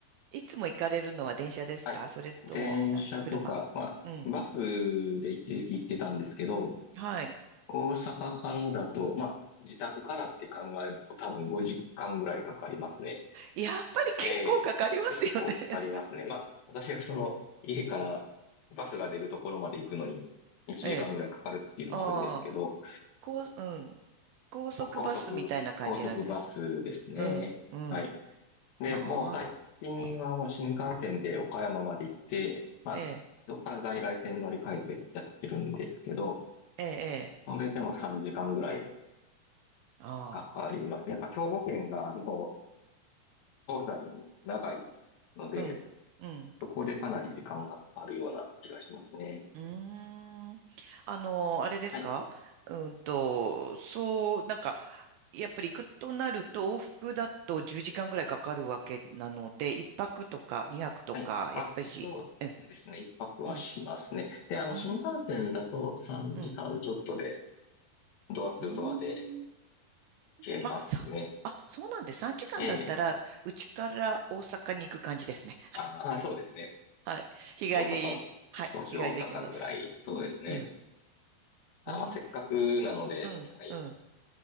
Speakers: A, on the right; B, on the left.
A: いつも行かれるのは電車ですかそれとも、
B: はい。電車とか、
A: な、車。
B: まあ、
A: うん。
B: バスで一時期行ってたんですけど、
A: はい。
B: 大阪からだと、まあ、自宅からって考えると多分5時間ぐらいかかりますね。
A: やっぱり結構かかりますよね。
B: ええ、結構かかりますね。まあ、私がその、家からバスが出るところまで行くのに、
A: <laughs>
B: 1時間ぐらいかかるっていうのもあるんですけど、
A: ええ。ああ、高、うん。高速バスみたいな感じなんです。
B: 高速、高速バスですね。
A: うん、うん。
B: はい。で、
A: ああ、
B: もう最近はもう新幹線で岡山まで行って、まあ、
A: ええ。
B: そこから在来線乗り換えてやってるんですけど、
A: ええ、ええ。
B: それでも3時間ぐらい
A: あ
B: かかりますね。やっぱ兵庫県が、その、東西に長いので、
A: あ、うん、うん。
B: そこでかなり時間がかかるような気がしますね。
A: うーん。あの、あれですかうんと、
B: はい。
A: そう、なんか、やっぱり行くとなると、往復だと10時間ぐらいかかるわけなので、1泊とか2泊とか、
B: はい。
A: やっぱり、
B: あ、そうですね。
A: うん、
B: 一泊はしますね。
A: うん、
B: で、あの、
A: うん、
B: 新幹線だと3時間ちょっとで、
A: うん、
B: ドアツードアで
A: うん、うん。
B: 消えますね。
A: まあ、さ、あ、そうなんです。3時間だったら、
B: ええ。
A: うちから大阪に行く感じですね。
B: ああ、そうですね。
A: はい。日帰り、
B: 大阪、
A: はい、
B: 東京、
A: 日帰りできます。
B: 大阪ぐらい、そうですね。
A: うん、
B: あ、
A: うん、
B: まあ、せっかくなので、
A: うん、
B: はい。
A: うん。